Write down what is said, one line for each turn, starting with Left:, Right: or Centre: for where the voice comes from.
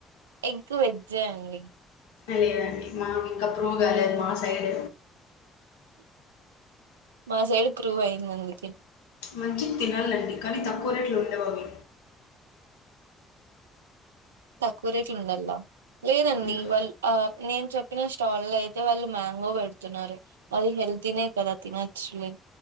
Right: ఎగ్ వెజ్ ఎ అండి
Left: లేదండి మాకు ఇంకా ప్రూవ్ కాలేదు మా సైడ్
Right: మా సైడ్ ప్రూవ్ అయింది అందుకే
Left: మంచి తినాలండి కానీ తక్కువ రేట్లు ఉండవవి
Right: తక్కువ రేట్లు ఉండల్లా లేదండి
Left: హ్మ్.
Right: వాళ్ ఆ నేను చెప్పిన స్టాల్ లో అయితే వాళ్ళు మ్యాంగో పెడు తున్నారు అది హెల్త్ తినే కదా తినచ్చులే